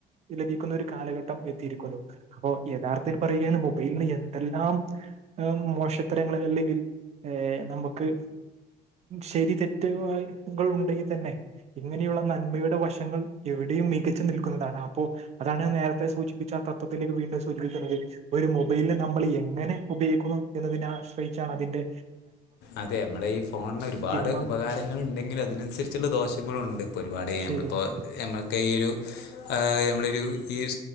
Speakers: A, on the right; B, on the left.
A: ലഭിക്കുന്ന ഒരു കാലഘട്ടം എത്തിയിരിക്കല്ലോ അപ്പൊ യഥാർത്ഥത്തിൽ പറയുകാണ് മൊബൈലിന് എന്തെല്ലാം ഏഹ് മോശത്തരങ്ങൾ അല്ലെങ്കിൽ ഏ നമുക്ക് ശരി തെറ്റുകൾ ഉണ്ടെങ്കിൽ തന്നെ ഇങ്ങനെയുള്ള നന്മയുടെ വശങ്ങൾ എവിടെയും മികച്ചു നിൽക്കുന്നതാണ് അപ്പോ അതാണ് ഞാൻ നേരത്തെ സൂചിപ്പിച്ച ത്ത ത്തിലേക്ക് വീണ്ടും സൂചിപ്പിക്കുന്നത് ഒരു മൊബൈലിനെ നമ്മൾ എങ്ങനെ ഉപയോഗിക്കുന്നു എന്നതിനെ ആശ്രയിച്ചാണ് അതിൻ്റെ
B: അതെ നമ്മളെ ഈ ഫോണിന് ഒരുപാട്
A: തിന്മ
B: ഉപകാരങ്ങൾ ഉണ്ടെങ്കിലും അതിനനുസരിച്ചുള്ള ദോഷങ്ങളും ഉണ്ട് ഒരുപാട്
A: ശരിയാണ്
B: നമ്മളിപ്പോൾ നമ്മക്കിയൊരു ഈ ഒരു നമ്മളൊ ഒരു ഈ ഒരു